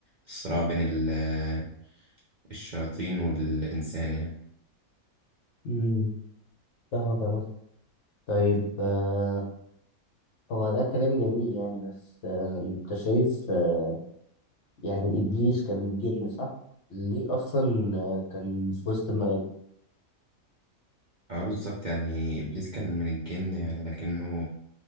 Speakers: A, on the right (about 50°); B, on the left (about 60°).
A: الصراع بين ال- آه، الشياطين والإنسان يعني
B: امم فاهمك عامة طيب آه هو ده كلام جميل يعني بس آه أنت شايف آه يعني إبليس كان متجن صح؟ ليه أصلا آه، كان في وسط الملائكة؟
A: اه بالظبط يعني إبليس كان من الجن يعني لكنه